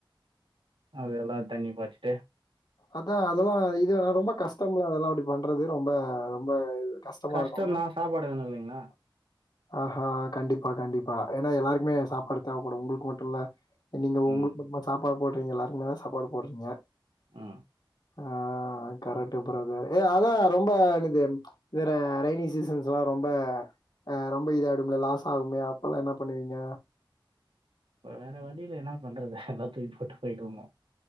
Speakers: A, on the right (about 80°); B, on the left (about 55°).
A: அதெல்லா தண்ணி பாச்சுட்டு
B: அதா அதெல்லா இது ரொம்ப கஷ்டம்லா அதெல்லா அப்டி பண்றது ரொம்ப ரொம்ப கஷ்டமா
A: கஷ்டந்தா
B: இருக்கும்
A: சாப்பாடு வேணு இல்லைங்ளா
B: ஆஹா கண்டிப்பா கண்டிப்பா ஏன்னா எல்லாருக்குமே சாப்பாடு தேவப்படு உங்களுக்கு மட்டுஇல்ல நீங்க உங்களுக்கு
A: ம்
B: மட்டுமா சாப்பாடு போடுறீங்க எல்லாருக்குமேதா சாப்பாடு போடுறீங்க
A: ம்
B: ஆ கரெக்ட் பிரதர் ஏய் அதா ரொம்ப இது இதுற ரெய்னி சீசன்ஸ்லா ரொம்ப அ ரொம்ப இதாய்டும்ல லாஸ் ஆகுமே அப்பல்லா என்ன பண்ணுவீங்க
A: வேற வழியில்ல என்னா பண்றது எல்லா தூக்கி போட்டு போயிடுவேங்க